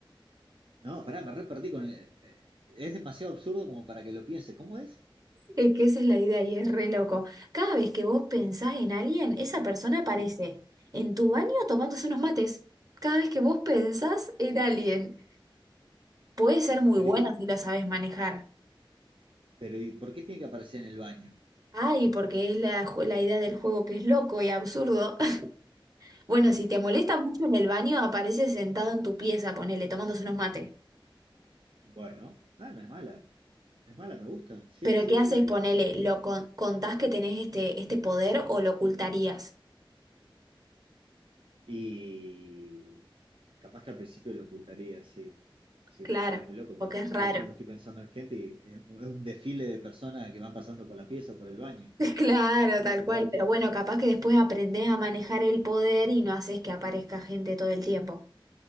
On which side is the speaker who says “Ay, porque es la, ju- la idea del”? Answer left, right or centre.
Right